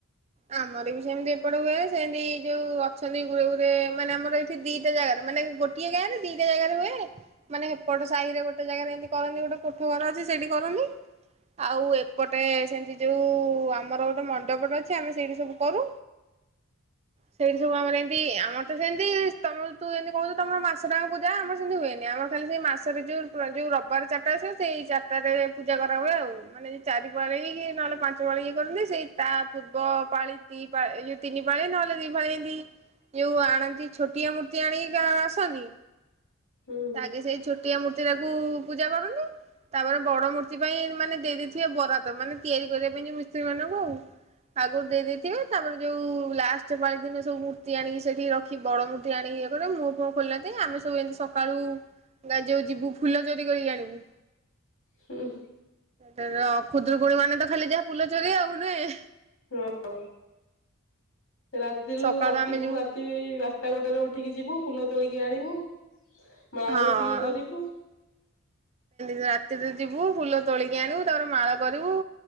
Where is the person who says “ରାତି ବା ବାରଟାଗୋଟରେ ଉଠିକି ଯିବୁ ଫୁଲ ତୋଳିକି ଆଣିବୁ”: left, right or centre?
Left